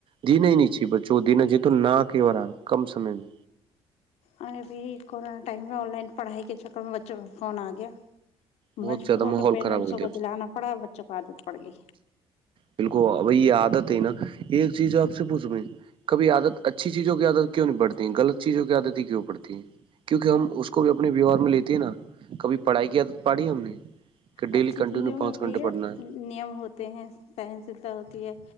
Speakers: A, on the right; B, on the left.
A: د نہیں ی ب چود نہ جی تو نہ کی ہو رہاار کم سمے میں
B: اے ابھی کورونا ٹائم میں آن لائن پڑھائی کے چکر میں بچوں کا فون آ گیا
A: بہت
B: مجبوروں
A: زیادہ ماحول
B: کے پیرنٹسوں
A: خراب ہو گیا
B: کو دلانا پڑا بچوں کو آادت پڑ گئی
A: بالکل بھائی یہ عادت ہے نا یہ چیز آپ سے پوچھ میں کبھی عادت اچھی چیزوں کی عادت کیوں نہیں پڑتی ہے غلط چیزوں کی عادت ہی کیوں پڑتی ہے کیونکہ ہم اس کو بھی اپنے ویوہار میں لیتے ہیں نا کبھی پڑھائی کی عادت پڑی ہم نے کہ ڈیلی
B: اچھی
A: کنٹینیو
B: چیزوں میں
A: پانچ
B: بھیا
A: گھنٹے پڑھنا ہے
B: نیم ہوتے ہیں تحنسلتا ہوتی ہے